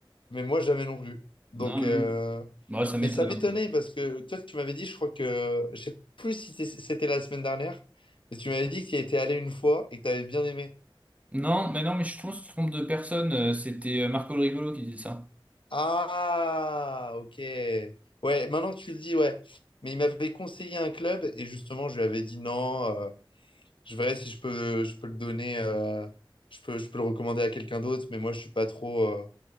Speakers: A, on the left (about 65°); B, on the right (about 15°).
A: Mais moi jamais non plus. Donc,
B: Non,
A: euh,
B: mais oui. Bah, ça m'étonne
A: mais ça m'étonnait
B: un peu.
A: parce que toi tu m'avais dit, je crois que, je sais plus si c'est- c'était la semaine dernière, mais tu m'avais dit que tu y étais allé une fois et que tu avais bien aimé.
B: Non, mais non, mais je trompe, je trompe de personne. euh, C'était euh, Marco le Rigolo qui disait ça.
A: Ah, ok. Ouais, maintenant que tu le dis, ouais. Mais il m'avait conseillé un club et justement, je lui avais dit non, euh, je verrai si je peux, je peux le donner, euh, je peux, je peux le recommander à quelqu'un d'autre, mais moi, je suis pas trop euh,